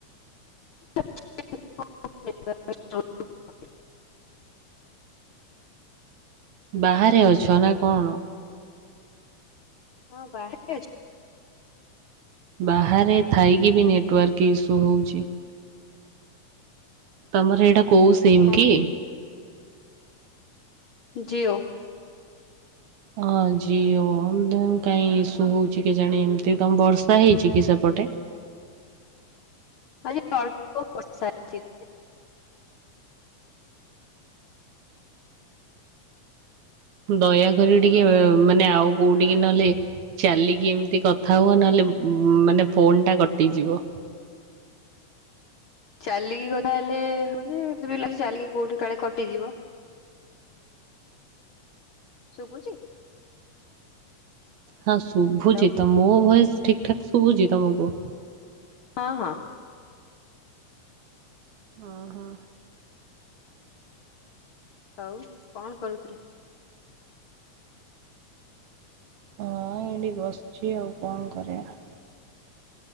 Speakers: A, on the left; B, on the right.
A: <unintelligible>
B: ବାହାରେ ଅଛ ନା କଣ?
A: ହଁ ବାହାରେ ଅଛି
B: ବାହାରେ ଥାଇକି ବି ନେଟୱାର୍କ ଇସ୍ୟୁ ହଉଛି। ତମର ଏଇଟା କୋଉ ସିମ
A: କଣ
B: କି?
A: ଜିଓ
B: ହଁ ଜିଓ କାଇହିଁ ଇସୁ ହଉଛି କେଜାଣି ଏମତି ତମ ବର୍ଷା ହେଇଛି କି ସେପଟେ
A: ଆଜି ଅଳ୍ପ ବର୍ଷା ହେଇଛି।
B: ଦୟାକରି ଟିକେ ମାନେ ଆଉ କୋଉଠିକି ନହେଲେ ଚାଲିକି ଏମିତି କଥା ହୁଅ ନହେଲେ ମାନେ ଫୋନ୍ଟା କଟିଯିବ
A: ଚାଲିକି ଗଲା ହେଲେ ହବ ଯେ ମତେବି ଲାଗୁଚି ଚାଲିକି କୋଉଠି କାଳେ କଟିଯିବ ଶୁବୁଛି।
B: ହଁ ଶୁଭୁଛିତ
A: ହ୍ୟାଲୋ
B: ମୋ ଭୟସ ଠିକ ଠାକ ଶୁଭୁଛି ତମକୁ।
A: ହଁ ହଁ।
B: ଓ ହୋ।
A: ଆଉ କଣ କରୁଥିଲେ?
B: ହଁ ଏଇଠି ବସିଛି ଆଉ କଣ କରିବା।